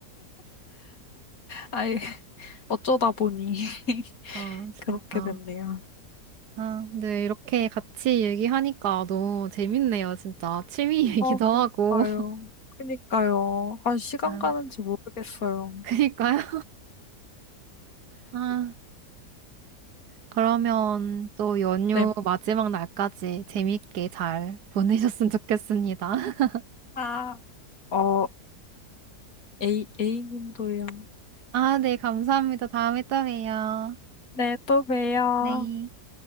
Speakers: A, on the left (about 55°); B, on the right (about 75°).
A: 아이, 어쩌다 보니 <laughs>
B: 아, 진짜.
A: 그렇게 됐네요.
B: 아, 네, 이렇게 같이 얘기하니까 너무 재밌네요, 진짜. 취미 얘기도
A: 아, 그니까요.
B: 하고. <laughs>
A: 그니까요. 아, 시간
B: 아유,
A: 가는지 모르겠어요.
B: 그니까요. 아. 그러면 또 연휴
A: 네.
B: 마지막 날까지 재밌게 잘 보내셨으면 좋겠습니다. <laughs>
A: 아, 어, A, A님도요.
B: 아, 네, 감사합니다. 다음에 또 봬요.
A: 네, 또 봬요.
B: 네.